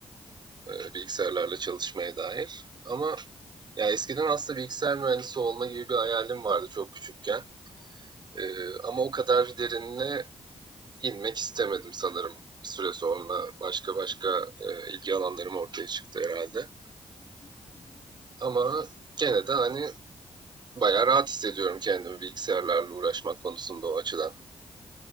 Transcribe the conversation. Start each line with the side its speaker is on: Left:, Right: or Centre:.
Right: e, bilgisayarlarla çalışmaya dair. Ama ya eskiden aslında bilgisayar mühendisi olma gibi bir hayalim vardı çok küçükken. E, ama o kadar derinine inmek istemedim sanırım. Bir süre sonra başka başka e, ilgi alanlarım ortaya çıktı herhalde.
Left: Hı hı, hı hı.
Right: Ama gene de hani bayağı rahat hissediyorum kendimi bilgisayarlarla uğraşmak konusunda o açıdan.